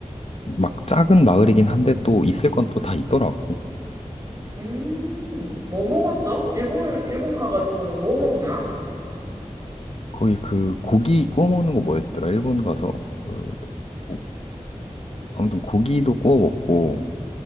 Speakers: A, on the left (about 55°); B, on the right (about 30°).
A: 막 작은 마을이긴 한데 또 있을 건 또 다 있더라고.
B: 음. 뭐 먹었어? 일본, 일본 가가지고는 뭐 먹나?
A: 거기 그 고기 구워 먹는 거 뭐였더라? 일본 가서 그 오- 아무튼 고기도 구워 먹고